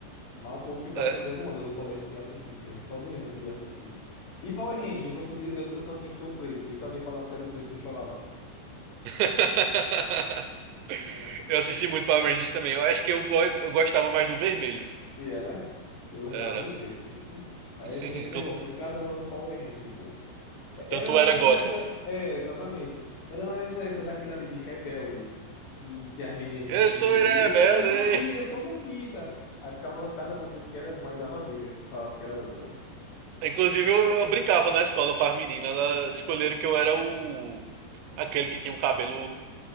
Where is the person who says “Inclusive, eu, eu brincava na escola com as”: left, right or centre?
Right